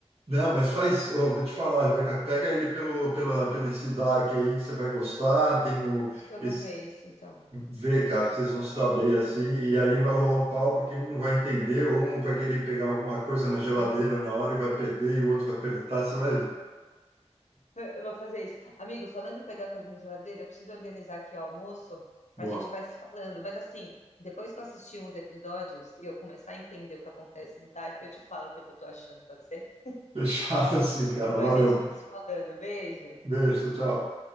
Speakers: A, on the right; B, on the left.
A: Não, mas faz, ó, vou te falar, Rebeca, pega ele pelo, pela, pelo esse Dark aí que você vai gostar, tem o,
B: Acho que eu
A: esse,
B: vou ver isso então.
A: vê, cara, que vocês vão se dar bem assim, e aí vai rolar um pau porque um não vai entender, ou um vai querer pegar alguma coisa na geladeira
B: <laughs>
A: na hora e vai perder, e o outro vai perguntar, você vai ver.
B: Eu vou fazer isso. Amigo, falando em pegar coisa na geladeira, eu preciso organizar aqui o almoço.
A: Boa,
B: A gente vai se falando, mas assim, depois que eu assistir uns episódios e eu começar a entender o que acontece no Dark, eu te falo o que que eu tô achando, pode ser?
A: fechado assim, cara,
B: Mas
A: valeu,
B: a gente vai se falando. Beijo.
A: beijo, tchau.